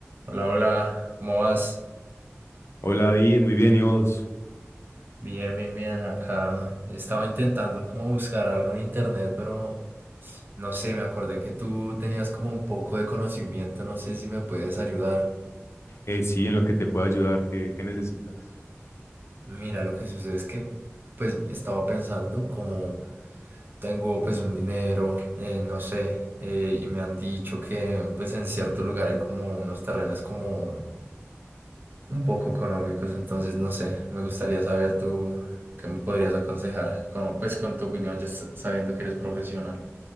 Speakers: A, on the right (about 45°); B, on the left (about 65°).
A: Hola, hola, ¿cómo vas?
B: Hola David, muy bien, ¿y vos?
A: Bien, bien, bien. Acá estaba intentando como buscar algo en internet, pero no sé, me acordé que tú tenías como un poco de conocimiento, no sé si me puedes ayudar.
B: Eh, sí, en lo que te puedo ayudar, ¿qué, qué necesitas?
A: Mira, lo que sucede es que pues estaba pensando como tengo pues un dinero, eh, no sé, eh, y me han dicho que pues en cierto lugar hay como unos terrenos como un poco económicos, entonces no sé, me gustaría saber tú qué me podrías aconsejar, como, pues con tu opinión, ya s- sabiendo que eres profesional.